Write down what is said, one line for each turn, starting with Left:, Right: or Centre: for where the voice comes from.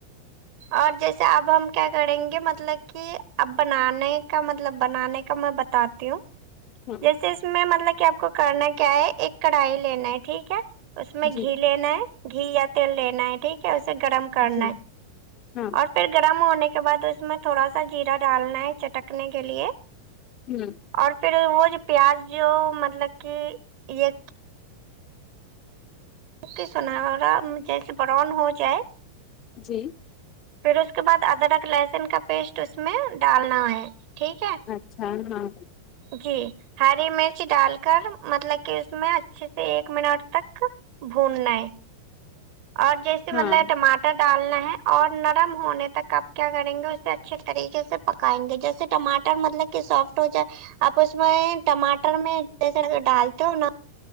Right: اور جیسے اب ہم کیا کریں گے مطلب کہ اب بنانے کا مطلب بنانے کا میں بتاتی ہوں
Left: ہاں
Right: اس میں مطلب کہ آپ کو کرنا کیا ہے ایک کڑھائی لینا ہے ٹھیک ہے اس میں
Left: جی
Right: گھی لینا ہے گھی یا تیل لینا ہے ٹھیک ہے اسے گرم کرنا
Left: جی
Right: ہے
Left: ہاں
Right: اور پھر گرم ہونے کے بعد اس میں تھوڑا سا جیرا ڈالنا ہے چٹکنے کے لیے
Left: ہوں <unintelligible>
Right: اور پھر وہ جو پیاز جو مطلب کہ یہ کے سنارا جیسے برؤن ہو جائے
Left: جی
Right: پھر اس کے بعد ادرک لہسن کا پیسٹ اس میں ڈالنا ہے ٹھیک ہے
Left: اچھا ہاں
Right: جی ہری مرچی ڈال کر مطلب کہ اس میں اچھے سے ایک منٹ تک بھوننا ہے اور جیسے
Left: ہاں
Right: مطلب ٹماٹر ڈالنا ہے اور نرم ہونے تک آپ کیا کریں گے اسے اچھے طریقے سے پکائیں گے جیسے ٹماٹر مطلب کہ سافٹ ہو جائے آپ اس میں ٹماٹر میں جیسے اتتے سرکے ڈالتے ہے انو